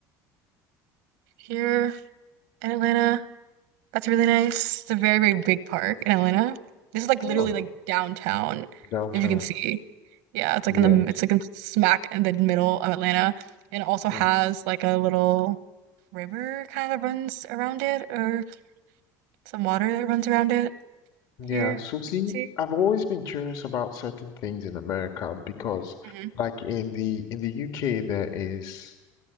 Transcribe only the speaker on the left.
No,
downtown.
Yes.
Mm.
Yeah.
So see,
I've always been curious about certain things in America because
like in the in the UK there is